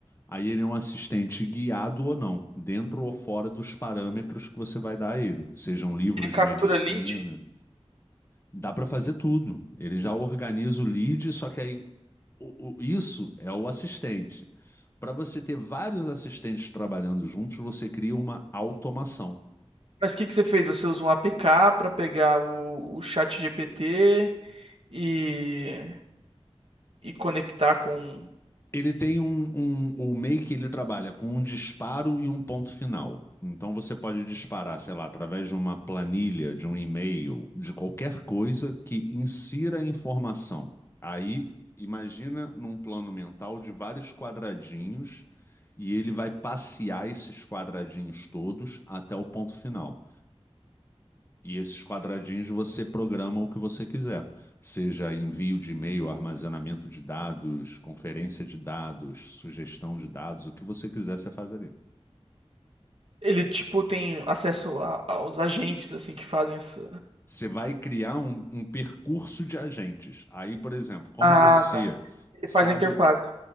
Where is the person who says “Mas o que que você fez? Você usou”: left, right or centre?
Right